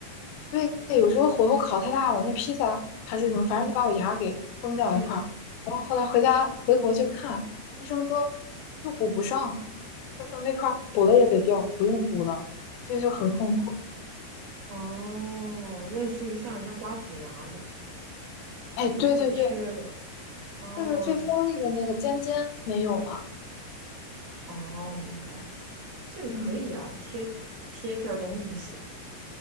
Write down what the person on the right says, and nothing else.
哎呀，
哦，类似于像人家瓜子牙了，
有块缺的。
哦
哦，明白，这个可以啊，
贴贴一片儿东西就行，